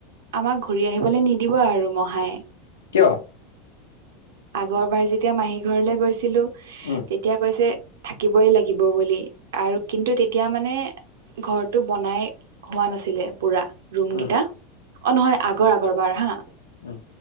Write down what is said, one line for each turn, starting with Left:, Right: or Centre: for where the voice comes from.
Right: আমাক ঘূৰি আহিবলৈ নিদিব আৰু মহাই
Left: কিয়?
Right: আগৰবাৰ যেতিয়া মাহীৰ ঘৰলে গৈছিলো।
Left: উম
Right: তেতিয়া কৈছে থাকিবই লাগিব বুলি। আৰু কিন্তু তেতিয়া মানে ঘৰটো বনাই হোৱা নাছিলে পুৰা। ৰুম
Left: উম
Right: কেইটা অ নহয় আগৰ আগৰ বাৰ হা
Left: উম